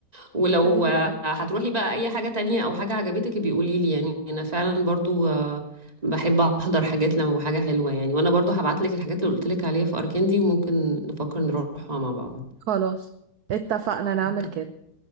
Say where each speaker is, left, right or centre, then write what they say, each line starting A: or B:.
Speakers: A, on the right; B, on the right.
A: ولو
B: حبيبة
A: آه،
B: قلبي
A: هتروحي بقى اي حاجة تانية او حاجة عجبتك بيقولي لي يعني انا فعلا برضو آه، بحب احضر حاجات لما حاجة حلوة يعني وانا برضو هبعت لك الحاجات اللي قلت لك عليها في اركان دي وممكن نفكر نروحها مع بعض
B: خلاص اتفقنا نعمل
A: إنت-
B: كده